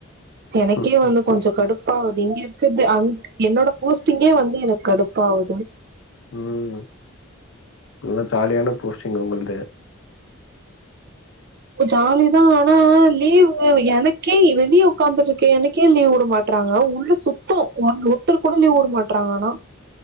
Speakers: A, on the right; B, on the left.
A: எனக்கே
B: ம்.
A: வந்து
B: ம்,
A: கொஞ்சோ
B: ம்.
A: கடுப்பாவுது இங் கிர்தே அங்க் என்னோட போஸ்ட்டிங்கே வந்து எனக் கடுப்பாவுது
B: ம் நல்ல ஜாலியான போஸ்ட்டிங் உங்ள்து
A: ஜாலி தா ஆனா லீவ் எனக்கே வெளிய உக்காந்துட்ருக்க எனக் ஏ லீவ்வுட மாட் றாங்க உள்ள சுத்தோ ஒன் ஒருத்தர் கூட லீவ்வுட மாட்றாங்க ஆனா